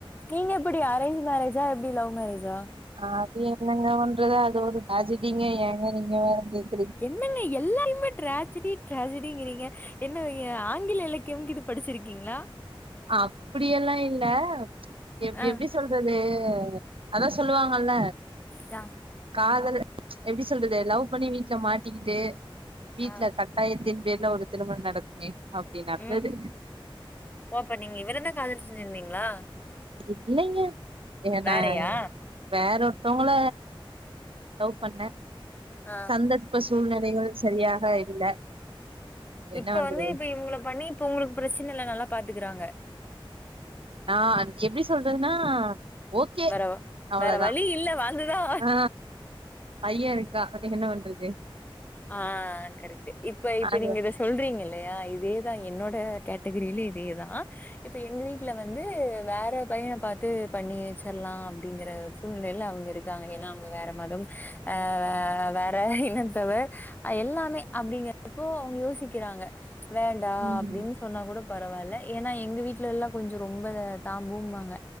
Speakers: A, on the left; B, on the right.
A: நீங்க எப்டி அரேஞ்ச் மேரேஜா எப்டி லவ் மேரேஜா
B: அது என்னங்க ஒன்றது அது ஒரு தேஜடீங்க ஏங்க நீங்க வேற கேக்
A: என்னங்க எல்லாரையுமேட் டிராஜெடி டிராஜெடிங்கிறீங்க என்ன நீங்க ஆங்கில இலக்கியம்கிது படிச்சிருக்கீங்ளா
B: அப்டியெல்லா இல்ல எப்டி
A: ஆ
B: எப்டிச் சொல்றது அதா சொல்லுவாங்கல்ல
A: ரா
B: காதல எப்டி சொல்றது லவ் பண்ணி வீட்ல மாட்டிகிட்டு வீட்ல
A: ஆ
B: கட் ட்டாயத்தின் பேர்ல ஒரு திருமண் நடக்குமே அப்டி நடந்தது
A: ம். ஓ அப்ப நீங்க இவரந்தா காதல் செஞ்சிருந்தீங்ளா
B: இல்லைங்க எ
A: வேறயா?
B: நா வேற ஒருத்தவுங்கள லவ் பண்ணே
A: ஆ.
B: சந்தர்ப்ப சூழ்நிலைகள் சரியாக இல்ல என்ன
A: இப்ப
B: பண்றது
A: வந்து இப்ப இவுங்கள பண்ணி இப்ப உங்ளுக்கு பிரச்சன இல்ல நல்லா பாத்துகறாங்க
B: ஆ அது எப்டி சொல்றதுனா ஓகே
A: வேற வ
B: அவ்ளதா
A: வேற வழி இல்ல வந்துதான்
B: அ பைய இருக்கா என்ன வண்றது
A: ஆ கரெக்ட்டு இப்ப இப்ப
B: அது
A: நீங்க இதச் சொல்றீங்கில்லயா இதேதா என்னோட கேட்டகரில இதேதா இப்ப எங்க வீட்ல வந்து வேற பையன பாத்து பண்ணி வச்சர்லா அப்டிங்கிற சூழ்நிலைல அவுங்க இருக்காங்க எனா அவுங்க வேற மதம் அ அ வேற இனம் த்தவ அ எல்லாமே அப்டிங்கறப்போ அவுங்க யோசிக்கிறாங்க வேண்டா
B: ம்
A: அப்டின்ச் சொன்னா கூட பரவால்ல எனா எங்க வீட்ல எல்லா கொஞ்சோ ரொம்ப தாம்பூம்பாங்க